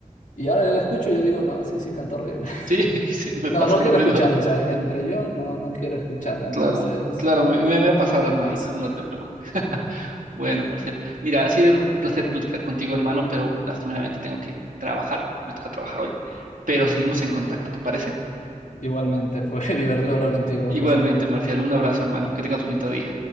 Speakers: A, on the left; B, on the right.
A: Y ahora yo la escucho y yo digo, no, sí, sí, canta horrible. <laughs>
B: Sí, <laughs> sí, me
A: No,
B: pasó
A: no
B: lo
A: quiero
B: mismo.
A: escucharlo, o sea, entre yo no, no quiero escucharla, entonces,
B: Claro, claro, me, me- me ha pasado,
A: ahí
B: hermanito,
A: paso.
B: no te preocupes. <laughs> Bueno, Marcial, mira, ha sido un placer platicar contigo, hermano, pero lastimeramente tengo que trabajar, me toca trabajar hoy, pero
A: Ujú.
B: seguimos en contacto, ¿te parece?
A: Igualmente, fue <laughs> divertido hablar contigo,
B: Igualmente,
A: José.
B: Marcial, un abrazo, hermano, que tengas un bonito día.